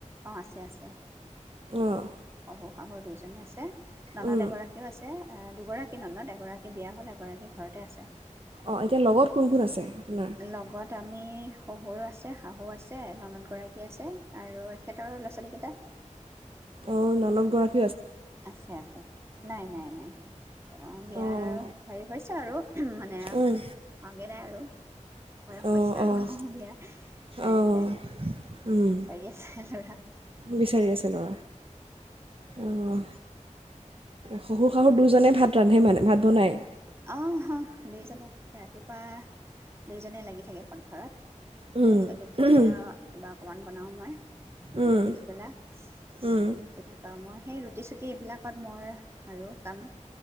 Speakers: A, on the right (about 20°); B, on the right (about 45°).
A: অঁ আছে আছে
B: অঁ
A: উ। হব আগৰ দুয়োজনে আছে ননদ
B: উম,
A: এগৰাকীও আছে এ দুগৰাকী ননদ এগৰাকী বিয়া হ'ল এগৰাকী ঘৰতে আছে
B: অঁ এতিয়া লগত কোন কোন আছে আপোনাৰ
A: লগত আমি শহুৰো আছে শাহু আছে ননদগৰাকী আছে আৰু এখেতৰ ল'ৰা ছোৱালীকেইটা
B: অঁ নানদ গৰাকী
A: আছে আছে নাই নাই নাই উ তেওঁ বিয়াৰ
B: অঁ
A: হেৰি হৈছে আৰু উহম মানে
B: উম,
A: ভাগেই নাই আৰু বয়স
B: অঁ
A: হৈছে আৰু
B: অঁ
A: বিয়াৰ চাই
B: অঁ
A: আছে
B: উম,
A: বিচাৰি আছে দৰা
B: বিচাৰি আছে ল'ৰা অ শহুৰ শাহুৰ দুইজনে ভাত ৰান্ধে মানে ভাত বনায়।
A: আহ হয় দুই জনে ৰাতিপুৱা দুই যেনে লাগি থাকে পাকঘৰত
B: উম,
A: তাৰপিছত দুপৰীয়া
B: উম,
A: কিবা অকণমান বনাওঁ মই নহ'লে
B: উম,
A: পিছবেলা তেনেকুৱা
B: উম।
A: মই সেইটোত প্ৰতিশ্ৰুতি এইবিলাকত মই আৰু কাম